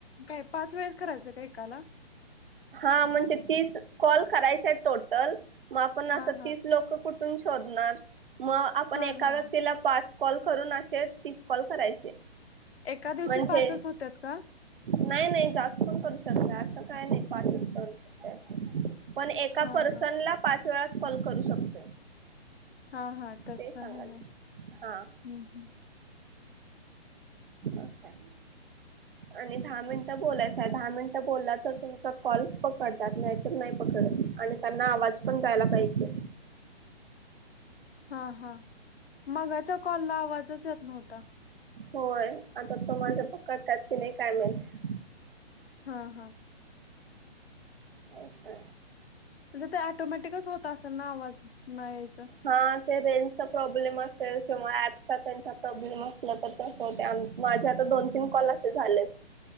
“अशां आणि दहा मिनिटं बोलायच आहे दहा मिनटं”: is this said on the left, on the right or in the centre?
Right